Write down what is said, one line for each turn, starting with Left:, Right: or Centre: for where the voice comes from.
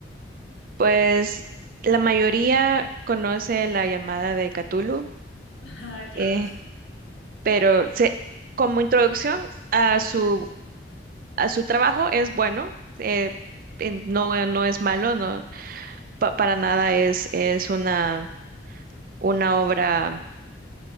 Right: Pues la mayoría conoce la llamada de Cthulhu,
Left: <laughs> Ah, claro,
Right: eh, pero se- como introducción a su, a su trabajo es bueno. eh, en- no, no es malo, no, pa- para nada es, es una, una obra